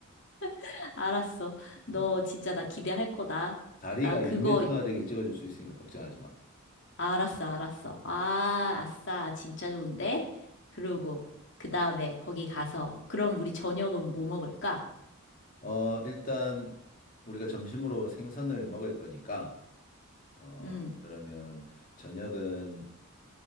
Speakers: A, on the left (about 55°); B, on the left (about 40°).
A: <laughs> 알았어. 너
B: 어,
A: 진짜 나 기대할 거다.
B: 다리가
A: 나 그거,
B: 2m가 되게 찍어줄 수 있으니까 걱정하지 마.
A: 알았어, 알았어. 아, 아싸, 진짜 좋은데? 그러고, 그 다음에 거기 가서, 그럼 우리 저녁은 뭐 먹을까?
B: 어, 일단 우리가 점심으로 생선을 먹을 거니까 어,
A: 음,
B: 그러면 저녁은